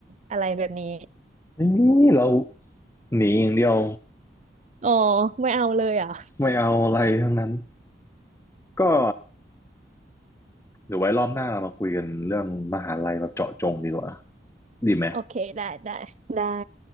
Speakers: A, on the right; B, on the left.
A: อะไรแบบนี้
B: นี่เราหนีอย่างเดียว
A: อ๋อไม่เอาเลยเหรอ่ะ
B: ไม่เอาอะไรทั้งนั้นก็เดี๋ยวไว้รอบหน้าเรามาคุยกันเรื่องมหาลัยแบบเจาะจงดีกว่าดีไหม
A: โอเคได้ได้ได้